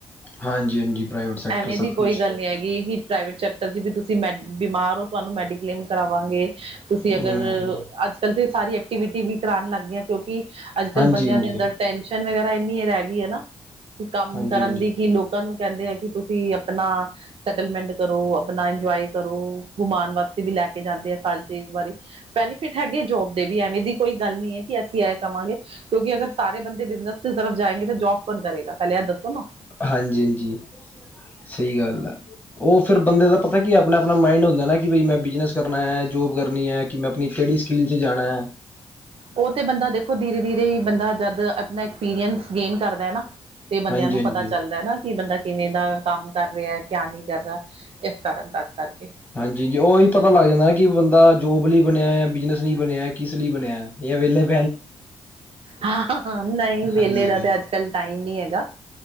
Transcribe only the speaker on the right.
ਐਵੇਂ
ਦੀ ਕੋਈ
ਗੱਲ ਨੀ ਹੈਗੀ, ਕੇ ਪ੍ਰਾਈਵੇਟ ਚ ਪਰ ਜੀਵੇ ਤੁਸੀਂ ਮੈ ਬੀਮਾਰ ਹੋ ਤੁਹਾਨੂੰ ਮੈਡੀਕਲੇਮ ਕਰਾਵਾਂਗੇ ਤੁਸੀਂ
ਅਗਰ
ਅੱਜ-ਕੱਲ ਤੇ ਸਾਰੀ ਐਕਟੀਵਿਟੀ ਵੀ ਕਰਾਣ ਲੱਗ ਗਈ ਐ ਕੋਕੀ ਅੱਜ-ਕੱਲ
ਬੰਦੇਆਂ
ਦੇ ਅੰਦਰ ਟੈਸ਼ਨ ਵਗੈਰਾ ਏਨੀ ਰੈ ਗਈ ਹਏ ਨਾ ਕੰਮ
ਕਰਨ ਦੀ ਕੀ ਲੋਕਾਂ ਨੂੰ ਕੈਂਦੇ ਆ ਕਿ ਤੁਸੀਂ ਆਪਣਾ ਸੈਟਲਮੈਂਟ ਕਰੋ ਆਪਣਾ ਇੰਜੋਏ ਕਰੋ ਗਮਾਣ ਵਾਸਤੇ ਵੀ ਲੈ ਕੇ ਜਾਂਦੇ ਆ ਸਾਲ ਚ ਇੱਕ ਵਾਰੀ ਬੈਨੀਫਿਟ ਹੈਗੇ ਜੋਬ ਦੇ ਵੀ ਐਵੇਂ ਦੀ ਕੋਈ ਗੱਲ ਨੀ ਐ ਕੇ ਅਸੀਂ ਏ ਕਵਾਗੇ ਕਿਉਂਕ ਅਗਰ ਸਾਰੇ ਬੰਦੇ ਬਿਜਨਸ ਤਰਫ਼ ਜਾਏਂਗੇ ਤਾਂ ਜੋਬ ਬ ਕਰੇਗਾ ਪੈਲੇ ਐ ਦੱਸੋ ਨਾ।
ਓ ਤੇ ਬੰਦਾ ਦੇਖੋ ਦੀਰੇ-ਦੀਰੇ ਹੀ ਬੰਦਾ ਜਦ ਅਪਣਾ ਐਕਸਪੀਰੀਅੰਸ ਗੇਨ ਕਰਦਾ ਹੈ ਨਾ ਤੇ ਬੰਦਿਆਂ
ਨੂੰ
ਪਤਾ ਚੱਲਦਾ ਐ ਨਾ ਕੀ ਬੰਦਾ ਕਿਵੇਂ ਦਾ ਕੰਮ ਕਰ ਰੇਆ ਏਕਿਆ ਨਈ ਕਰ ਰਾ ਏਸ ਤਾਰਨ ਤਤ ਕਰਕੇ
ਹਾਂ ਨਈ ਵੇਲੇ
ਦਾ
ਤੇ ਅੱਜ-ਕੱਲ ਟਾਈਮ ਨੀ ਹੈਗਾ